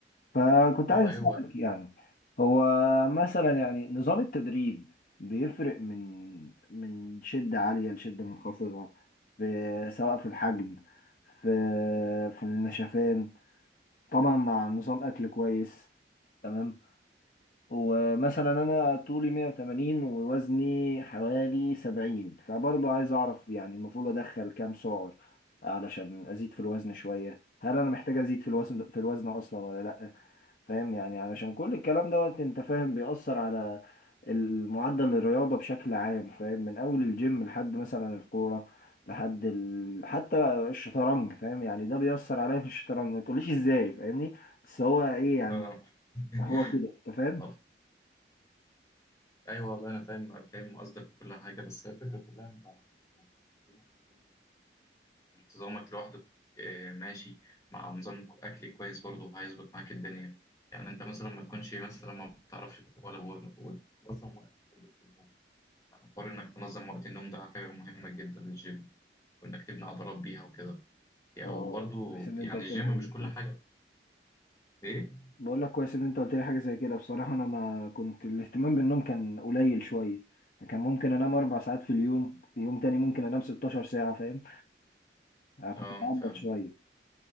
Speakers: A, on the left (about 50°); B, on the left (about 20°).
A: فكنت
B: والله
A: عايز أسألك
B: هو
A: يعني هو مثلا يعني نظام التدريب بيفرق من من شدة عالية لشدة منخفضة في سواء في الحجم في في النشفان طبعا مع نظام أكل كويس تمام ومثلا أنا طولي 180 ووزني حوالي 70 فبرضه عايز أعرف يعني المفروض أدخل كام سعر علشان أزيد في الوزن شوية هل أنا محتاج أزيد في الوزن في الوزن أصلا ولا لأ فاهم يعني علشان كل الكلام دوت انت فاهم بيأثر على المعدل الرياضة بشكل عام فاهم من أول الجيم لحد مثلا الكورة لحد ال... حتى الشطرنج فاهم يعني ده بيأثر عليا في الشطرنج ما تقوليش ازاي فاهمني بس هو ايه يعني
B: اه <laughs>
A: هو كده انت فاهم
B: والله- ايوه والله انا فاهم فاهم قصدك وكل حاجه بس هي الفكره كلها انت على حسب لازم في الجيم انتظامك لوحدك آه، ماشي مع نظام اكل كويس برضه هيظبط معاك الدنيا يعني انت مثلا ما تكونش مثلا ما بتعرفش ولا بود- وتنظم وقت برضه في النوم يعني حوار انك تنظم وقت النوم ده حاجه مهمه جدا للجيم وانك تبني عضلات بيها وكده يعني
A: اه
B: وبرضه
A: كويس ان
B: يعني
A: انت قلت
B: الجيم
A: لي حاجة زي
B: مش كل
A: كده
B: حاجه ايه
A: بقول لك كويس ان انت قلت لي حاجة زي كده بصراحة انا ما كنت الاهتمام بالنوم كان قليل شوية كان ممكن انام اربع ساعات في اليوم في يوم تاني ممكن انام 16 ساعة فاهم أنا كنت
B: اه
A: بعبط
B: فاهم
A: شوية